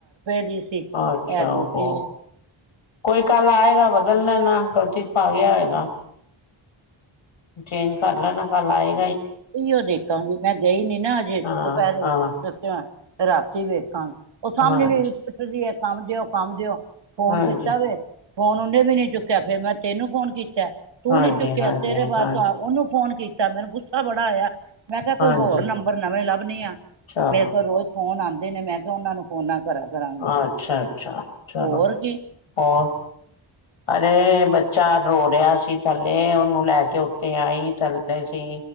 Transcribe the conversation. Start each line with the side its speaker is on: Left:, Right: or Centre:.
Right: ਦੀ ਸੀ ਇਹ
Left: ਅੱਛਾ ਓਹੋ
Right: ਦੂਜੀ ਏ
Left: ਕੋਈ ਕੱਲ ਆਏਗਾ ਬਦਲ ਗ਼ਲਤੀ ਚ ਪਾ ਗਿਆ ਹੋਏਗਾ ਚੇਂਜ ਕਰ ਲੈਣਾ ਕੱਲ ਆਏ
Right: ਓਹੀਓਂ ਦੇਖਾਂਗੀ ਮੈਂ ਗਈ ਨੀ ਨਾ ਅੱਜ
Left: ਹਾਂ
Right: ਦੁਪਹਿਰੇ
Left: ਹਾਂ
Right: ਦੱਸਿਆ ਰਾਤੀ ਵੇਖਾਂਗੇ ਉਹ ਸਾਹਮਣੇ
Left: ਹਾਂਜੀ
Right: ਵੀ ਪਿਠਦੀ ਹੈ ਕੰਮ ਦਿਓ ਕੰਮ ਦਿਓ ਫੋਨ
Left: ਹਾਂਜੀ
Right: ਕੀਤਾ ਵੇ ਫੋਨ ਉਹਨੇ ਵੀ ਨੀ ਚੁੱਕਿਆ ਫਿਰ ਮੈਂ ਤੈਨੂੰ ਫੋਨ ਕੀ ਤੂੰ
Left: ਹਾਂਜੀ
Right: ਨੀ ਚੁੱਕਿਆ
Left: ਹਾਂਜੀ
Right: ਤੇਰੇ ਬਾਅਦ
Left: ਹਾਂਜੀ
Right: ਤਾਂ ਉਹਨੂੰ ਫੋਨ ਕੀਤਾ ਮੈਨੂੰ ਗੁੱਸਾ ਬੜਾ ਆਇਆ ਮੈਂ ਕਿਹਾ ਕੋਈ
Left: ਹਾਂਜੀ
Right: ਹੋਰ ਨੰਬਰ ਨਵੇਂ ਲੱਭਣੀ ਆ
Left: ਚਲੋ
Right: ਮੇਰੇ ਕੋਲ ਰੋਜ਼ ਫੋਨ ਆਉਂਦੇ ਨੇ ਮੈਂ ਕਿਹਾ ਉਹਨਾਂ ਨੂੰ ਫੋਨਾ ਕਰਾ ਕਰਾਂਗੀ
Left: ਅੱਛਾ - ਅੱਛਾ ਚਲੋ
Right: ਹੋਰ ਕੀ
Left: ਹੋਰ ਅਰੇ ਬੱਚਾ ਰੋ ਰਿਹਾ ਸੀ ਥੱਲੇ ਉਹਨੂੰ ਲੈ ਕੇ ਉੱਤੇ ਆਈ ਥੱਲੇ ਸੀ